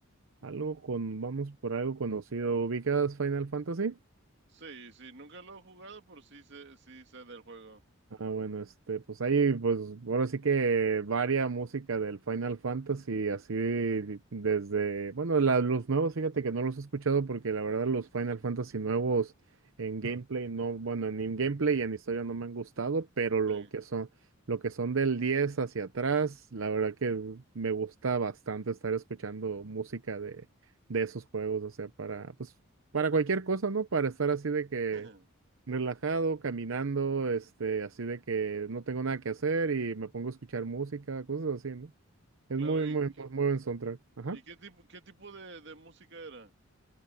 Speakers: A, on the right (about 70°); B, on the right (about 55°).
A: Algo con, vamos por algo conocido. ¿Ubicas Final Fantasy?
B: sí, sí, nunca lo he jugado, pero sí sé, sí sé del juego.
A: Ah, bueno, este, pues ahí, pues, ahora sí que varia música del Final Fantasy, así desde, bueno, la- los nuevos, fíjate que no los he escuchado porque la verdad los Final Fantasy nuevos en gameplay no, bueno, ni en gameplay y en historia no me han gustado, pero lo
B: Sí.
A: que son, lo que son del 10 hacia atrás, la verdad que me gusta bastante estar escuchando música de, de esos juegos, o sea, para, pues, para cualquier cosa, ¿no? Para estar así de que
B: <laughs>
A: relajado, caminando, este, así de que no tengo nada que hacer y me pongo a escuchar música, cosas así, ¿no? Es
B: Claro,
A: muy, muy,
B: ¿y, y,
A: muy muy buen soundtrack. Ajá.
B: y qué tipo, qué tipo de, de música era?